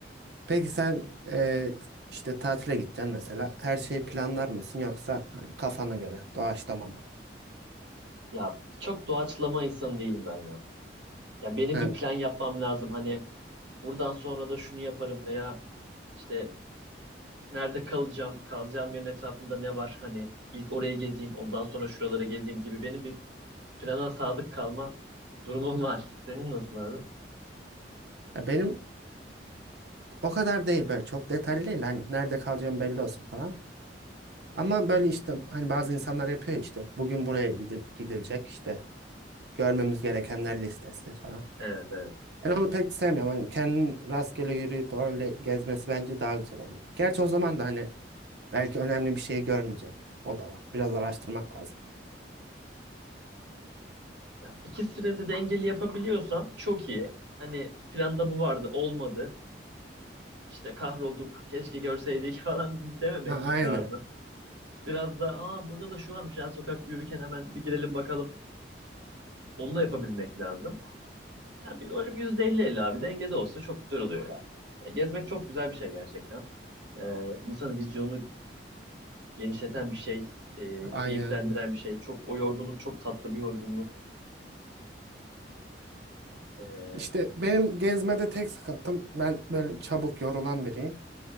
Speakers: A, on the right; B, on the right.
A: Peki sen e, işte tatile gideceksin mesela. Her şeyi planlar mısın yoksa hani kafana göre doğaçlama mı?
B: Ya çok doğaçlama insanı değilim ben ya. Ya benim
A: Ha,
B: bir plan yapmam lazım. Hani buradan sonra da şunu yaparım veya işte nerede kalacağım, kalacağım yerin etrafında ne var hani ilk orayı gezeyim, ondan sonra şuraları gezeyim gibi benim bir plana sadık kalma durumum var. Senin nasıl abi?
A: ya benim o kadar değil böyle çok detaylı değil. Hani nerede kalacağım belli olsun falan. Ama böyle işte hani bazı insanlar yapıyor ya işte bugün buraya gidi- gidilecek işte görmemiz gerekenler listesi falan.
B: Evet evet.
A: Ben onu pek sevmiyorum. Hani kendin rastgele yürüyüp öyle gezmesi bence daha güzel oluyor. Gerçi o zaman da hani belki önemli bir şey görmeyeceksin. O da var. Biraz araştırmak lazım.
B: Ya, ikisini de dengeli yapabiliyorsan çok iyi. Hani planda bu vardı, olmadı. İşte kahrolduk, keşke görseydik <laughs> falan dememek
A: Ha, aynen.
B: lazım. Biraz da aa burada da şu varmış ya sokakta yürürken hemen bir girelim bakalım. Onu da yapabilmek lazım. Ha, bir, öyle bir yüzde elli 50 abi dengede olsa çok güzel oluyor ya. Ya gezmek çok güzel bir şey gerçekten. Ee, insanın vizyonunu genişleten bir şey, e,
A: Aynen
B: keyiflendiren
A: öyle.
B: bir şey. Çok o yorgunluk çok tatlı bir yorgunluk. Ee,
A: İşte benim gezmede tek sıkıntım ben böyle çabuk yorulan biriyim.